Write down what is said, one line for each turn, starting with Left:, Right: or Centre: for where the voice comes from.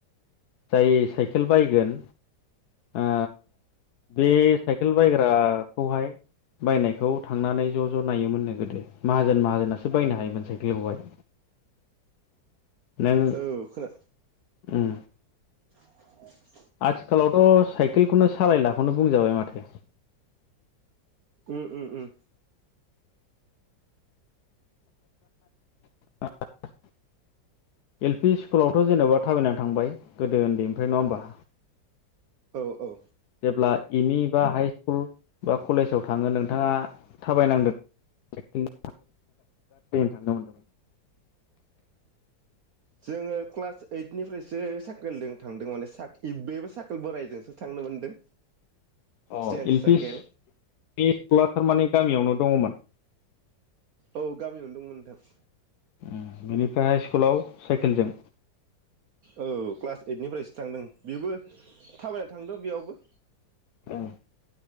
Left: जाय साइकेल बायगोन ओ बे साइकेल बायग्राखौहाय बायनायखौ थांनानै ज ज नायोमोननो गोदो माहाजोन माहाजोनासो बायनो हायोमोन साइकेलखौहाय। नों
Right: औ खोना
Left: उम
Right: <inaudible>
Left: आथिखालावथ साइकेलखौनो सालायलाखौनो बुंजाबाय माथो।
Right: उम-उम-उम।
Left: <inaudible> एल पि स्कुलावथ जेनबा थाबायना थांबाय गोदो उन्दैनिफ्राय नङा होनबा।
Right: औ औ।
Left: जेब्ला एम इ बा हाइ स्कुल बा कलेजाव थाङो नोंथाङा। थाबायनांदों <inaudible> <unintelligible> थांनो मोनदोंमोन।
Right: जोङो क्लास ओइटनिफ्रायसो साकोलदों थांदों माने साक इ बेबो साकोल बोराइजोंसो थांनो मोनदों।
Left: अ
Right: स्टेन्स
Left: इलफिस
Right: साइकेल
Left: <inaudible> <unintelligible> थारमाने गामियावनो दङमोन।
Right: औ गामियावनो दंमोन नोंथां।
Left: उम बिनिफ्राय हाइ स्कुलाव साइकेलजों।
Right: औ क्लास ओइदनिफ्रायसो थांदों बेबो थाबायना थांदों बेयावबो।
Left: उम